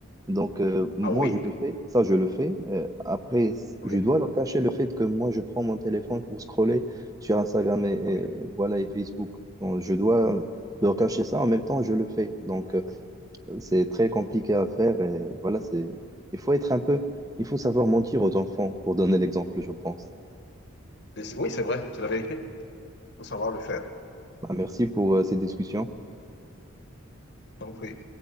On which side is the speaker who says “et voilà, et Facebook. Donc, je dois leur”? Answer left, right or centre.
Right